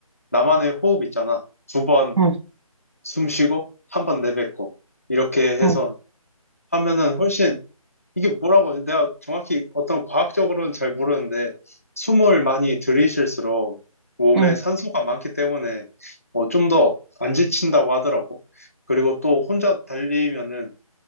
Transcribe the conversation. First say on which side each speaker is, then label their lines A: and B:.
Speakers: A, on the left; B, on the right.
A: 나만의 호흡 있잖아. 두 번
B: 응,
A: 숨 쉬고, 한 번 내뱉고. 이렇게 해서
B: 응,
A: 하면은 훨씬, 이게 뭐라고, 하지? 내가 정확히 어떤 과학적으로는 잘 모르는데, 숨을 많이 들이쉴수록 몸에
B: 응,
A: 산소가 많기 때문에 어, 좀더 안 지친다고 하더라고. 그리고 또 혼자 달리면은